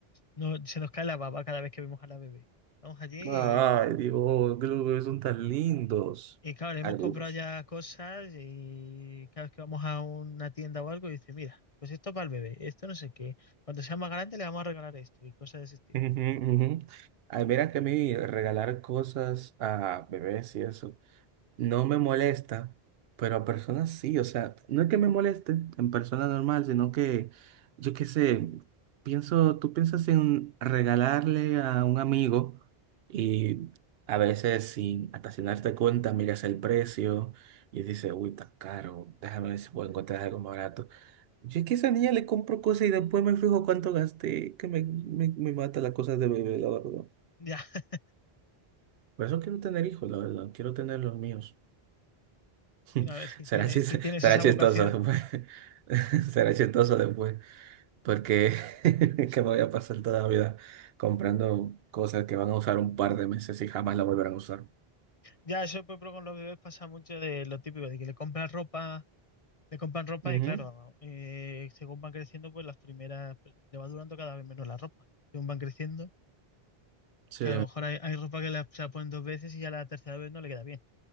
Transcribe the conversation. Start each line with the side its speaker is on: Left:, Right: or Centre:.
Left: no se nos cae la baba cada vez que vemos a la bebé. Estamos allí
Right: Ay, Dios, que los bebés son tan lindos.
Left: Y claro, le hemos
Right: Algunos.
Left: comprado ya cosas y cada vez que vamos a una tienda o algo, dice, mira, pues esto para el bebé, esto no sé qué. Cuando sea más grande le vamos a regalar esto y cosas de ese estilo.
Right: Ujú, ujú. Ay, mira que a mí regalar cosas a bebés y eso no me molesta, pero a personas sí, o sea, no es que me moleste en persona normal, sino que yo qué sé, pienso, tú piensas en regalarle a un amigo y a veces sin hasta sin darte cuenta miras el precio y dices, uy, está caro, déjame ver si puedo encontrar algo más barato. Yo que a esa niña le compro cosas y después me fijo cuánto gasté, que me, me, me mata las cosas de bebé, la verdad.
Left: Ya, <laughs>
Right: Por eso quiero tener hijos, la verdad. Quiero tener los míos. <laughs>
Left: y a ver si
Right: Será
Left: tienes,
Right: chis-
Left: si tienes
Right: será
Left: esa
Right: chistoso
Left: vocación.
Right: después. <laughs> Será chistoso después. Porque <laughs> que me voy a pasar toda la vida comprando cosas que van a usar un par de meses y jamás la volverán a usar.
Left: Ya, eso por ejemplo, con los bebés pasa mucho de lo típico, de que le compras ropa, le compran ropa
Right: Ujú,
Left: y claro, eh, según van creciendo, pues las primeras, pues, le va durando cada vez menos la ropa. Según van creciendo,
Right: Sí.
Left: que a lo mejor hay, hay ropa que la- se la ponen dos veces y ya la tercera vez no le queda bien,